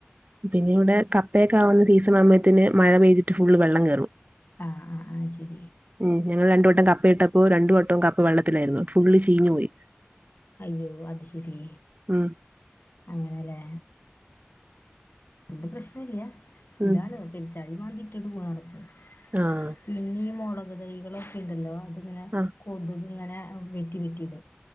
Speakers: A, on the right; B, on the left.
A: പിന്നെ ഇവിടെ കപ്പയൊക്കാകുന്ന സീസണാകുമ്പത്തേന് മഴ പെയ്തിട്ട് ഫുള്ള് വെള്ളം കേറും
B: ആ ആ അത് ശെരി
A: ഉം ഞങ്ങൾ രണ്ടുവട്ടം കപ്പ ഇട്ടപ്പോ രണ്ടുവട്ടം കപ്പ വെള്ളത്തിലായിരുന്നു ഫുള്ള് ചീഞ്ഞു പോയി
B: അയ്യോ അത് ശെരി
A: ഉം
B: അങ്ങനെ ല്ലേ പിന്നെ പ്രശ്നം ഇല്ല്യ
A: ഉം
B: ഇതാണ് പെരിച്ചാഴി മാന്തിട്ട് ഇട്ടോണ്ട് പോണത് ആണ് പ്രശ്നം
A: ആഹ്
B: പിന്നെ ഈ മുളക് തൈകള് ഒക്കെ ഇണ്ടല്ലോ അതിങ്ങനെ
A: ആഹ്
B: കൊതുക് ഇങ്ങനെ വെട്ടി വെട്ടി ഇട